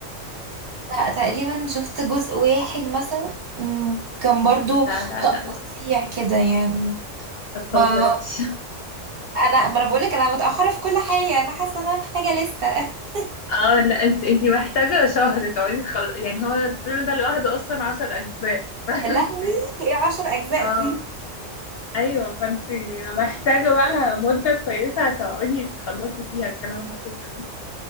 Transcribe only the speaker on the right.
لا تقريبا شفت جزء واحد مثلا مم، كان برضو
تقطيع
كده يعني
ما انا ما انا بقولك انا متاخره في كل حاجه يعني انا حاسه ان انا محتاجه لستة <laughs>
يا لهوي ايه عشر اجزاء
دي